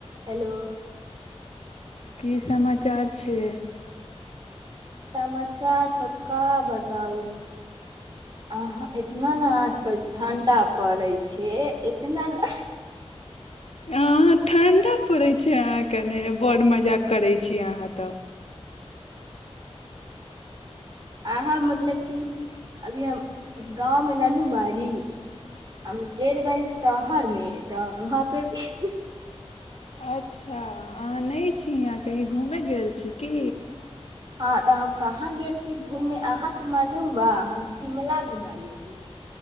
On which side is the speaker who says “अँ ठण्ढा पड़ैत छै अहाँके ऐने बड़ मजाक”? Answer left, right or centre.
Left